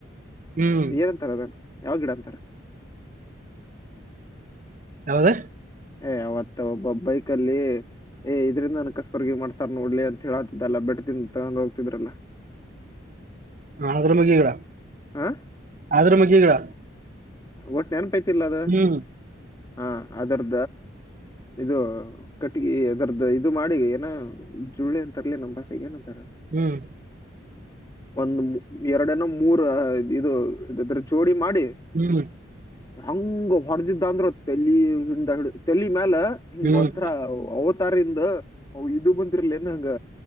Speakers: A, on the right; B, on the left.
A: ಹ್ಮ್
B: ಏನಂತಾರೆ ಅದನ್ನು ಯಾವ ಗಿಡ ಅಂತಾರೆ
A: ಯಾವ್ದ
B: ಏ ಅವತ್ತ ಒಬ್ಬ ಬೈಕ್ ಏ ಇದ್ರಿಂದ ನನ್ ಕಸ್ಬರ್ಗಿ ಮಾಡ್ತಾರ ನೋಡ್ಲಿ ಅಂತ ಹೇಳಾತಿದ್ದಲ್ಲಾ ಬೆಟ್ಟ ಇಂದ ತಗೊಂಡು ಹೋಗ್ತಿದ್ರಲ್ಲ
A: ಅದ್ರ ಮಗಿಗಿಡ
B: ಹ
A: ಆದ್ರ ಮಗಿ ಗಡ
B: ಒಟ್ಟ ನೆನಪೈತಿಲ್ಲ ಅದು
A: ಹ್ಮ್
B: ಹಾ ಆದ್ರೂ ಇದು ಕಟ್ಟಗಿ ಅದರದ್ದ ಇದು ಮಾಡಿ ಏನ ಜುಳೆ ಅಂತರ್ಲಿ ನಮ್ಮ್ ಭಾಷೆೆಗೆ ಏನಂತಾರ
A: ಹ್ಮ್
B: ಒಂದು ಎರಡನ ಮೂರ ಇದು ಇದ್ರ ಚೋಡಿ ಮಾಡಿ
A: ಹ್ಮ್
B: ಹಂಗ ಹೊಡೆದಿದ್ದ ಅಂದ್ರರು ತೆಲಿ ಹಿಂಡ್ದ ಹಿಡ ತೆಲಿ ಮೇಾಲ ಹಿಂಗ
A: ಹ್ಮ್
B: ಒಂಥರ
A: ಹ್ಮ್
B: ಅವತಾರಿಂದ ಹ ಇದು ಬಂದಿರ್ಲನ ಹಂಗ